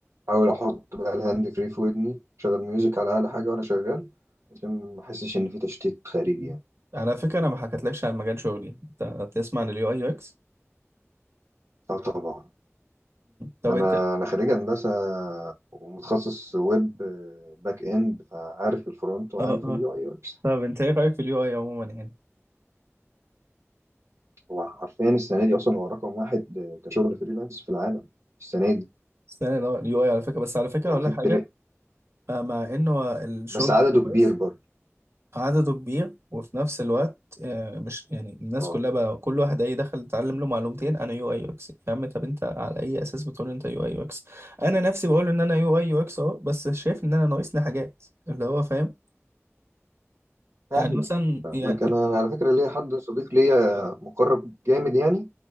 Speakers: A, on the right; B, on the right.
A: احاول احط بقى الهاند فري في ودني شغل ميوزك على اعلى حاجه وانا شغال عشان ما احسش ان في تشتيت خارجي
B: م.
A: يعني
B: على فكرة انا ما حكيتلكش عن مجال شغلي انت تسمع عن اليو اي يو اكس
A: اه طبعا
B: طب
A: انا
B: انت
A: انا خريج هندسه ومتخصص ويب آه، باك اند فعارف الفرونت وعارف
B: اه اه
A: اليو اي يو اكس
B: طب انت ايه رأيك في اليو اي عموما يعني
A: هو حرفيا السنه دي اصلا هو رقم واحد آه، كشغل فريلانس في العالم السنه دي
B: استنى اليو اي على فكرة بس على فكرة
A: هو
B: اقول
A: واخد
B: لك حاجة
A: ترند
B: آه، مع انه الشغل
A: بس عدده
B: بتاعه
A: كبير
B: كويس
A: برضه
B: عدده كبير وفي نفس الوقت آه، مش يعني الناس
A: اه
B: كلها بقى كل واحد اي دخل اتعلم له معلومتين انا يو اي يو اكس يا عم طب انت على اي اساس بتقول انت يو اي يو اكس انا نفسي بقول ان انا يو اي يو اكس اهو بس شايف ان انا ناقصني حاجات اللي هو فاهم
A: فاهمك
B: يعني مثلا
A: فاهمك
B: يعني
A: انا على فكره ليا حد صديق ليا مقرب جامد يعني